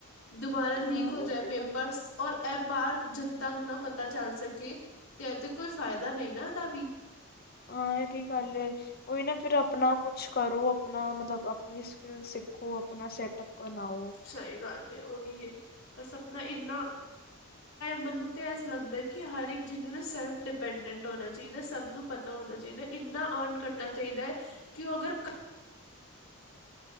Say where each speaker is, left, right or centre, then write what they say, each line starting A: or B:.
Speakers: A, on the left (about 70°); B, on the left (about 45°).
A: ਦੁਬਾਰਾ ਲੀਕ
B: ਹਾਂ ਉਹ
A: ਹੋ ਜਾਏ
B: ਤੇ
A: ਪੇਪਰਸ
B: ਕਰ ਰਿਹਾ
A: ਔਰ ਇਹ ਬਾਹਰ ਜਨਤਾ ਨੂੰ ਨਾ ਪਤਾ ਚੱਲ ਸਕੇ ਤੇ ਇਹ ਤੇ ਕੋਈ ਫਾਇਦਾ ਨਹੀਂ ਨਾ ਇਹਦਾ ਵੀ
B: ਹਾਂ ਇਹ ਵੀ ਗੱਲ ਉਹੀ ਨਾ ਫਿਰ ਆਪਣਾ ਕੁਛ ਕਰੋ ਆਪਣਾ ਮਤਲਬ ਅਪਣੀ ਸਕਿੱਲ ਸਿੱਖੋ ਅਪਣਾ ਸੈਟਅਪ ਬਣਾਓ।
A: ਸਈ ਗੱਲ ਤੇ ਓਹੀ ਏ ਤਾਂ ਸਪਨਾ ਇੰਨਾ ਮੈਨੂੰ ਤਾਂ ਏਸ ਲੱਗਦਾ ਕਿ ਹਰ ਜਿਨ ਨੂੰ ਸੈਲਫ ਡਿਪੈਂਡੈਂਟ ਹੋਣਾ ਚਾਈਦਾ ਸਬ ਨੂੰ ਪਤਾ ਹੋਣਾ ਚਾਈਦਾ ਇੰਨਾ ਅਰਨ ਕਰਨਾ ਚਾਈਦਾ ਐ ਕਿ ਉ ਅਗਰ